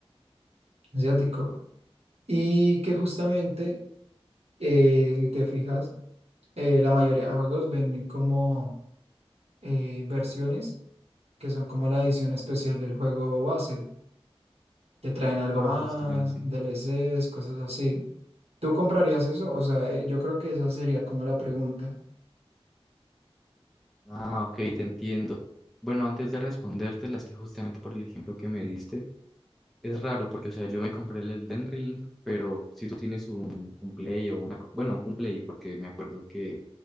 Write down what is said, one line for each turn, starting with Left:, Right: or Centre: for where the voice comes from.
Right: asiático. Y que justamente, eh, si te fijas, eh, la mayoría de juegos ven como eh, versiones que son como la edición especial del juego base. que traen algo
Centre: Ah,
Right: más,
Centre: justamente.
Right: DLCs, cosas así. ¿Tú comprarías eso? O sea, eh, yo creo que esa sería como la pregunta.
Centre: Ah, ok, te entiendo. Bueno, antes de responderte, las que justamente por el ejemplo que me diste, Es raro porque, o sea, yo me compré el Elden Ring, pero si tú tienes un, un Play o una... co- Bueno, un Play, porque me acuerdo que